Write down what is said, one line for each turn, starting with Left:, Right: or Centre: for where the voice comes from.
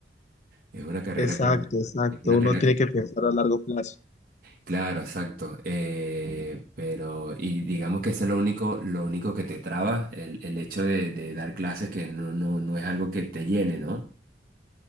Right: es una carrera
Left: Exacto,
Right: que, va-
Left: exacto.
Right: es una
Left: Uno
Right: tarea
Left: tiene
Right: que,
Left: que pensar a largo plazo.
Right: claro, exacto, eh, pero, y digamos que eso es lo único, lo único que te traba, el, el hecho de, de dar clases que no, no, no es algo que te llene, ¿no?